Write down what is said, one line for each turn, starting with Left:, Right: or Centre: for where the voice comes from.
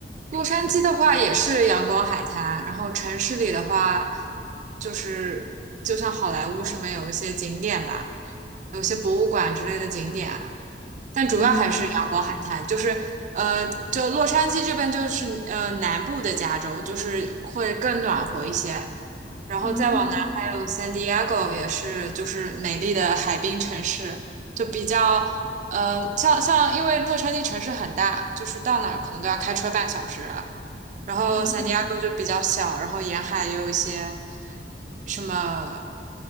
Right: 洛杉矶的话也是阳光海滩，然后城市里的话就是就像好莱坞什么有一些景点吧，有一些博物馆之类的景点。但主要还是阳光海滩，
Left: 嗯
Right: 就是呃，就洛杉矶这边就是呃南部的加州，就是会更暖和一些。然后再往南还有
Left: 嗯
Right: San Diego，也是就是美丽的海滨城市，就比较呃像像因为洛杉矶城市很大，就是到哪儿可能都要开车半小时，然后圣地亚哥就比较小，
Left: 嗯
Right: 然后沿海也有一些什么，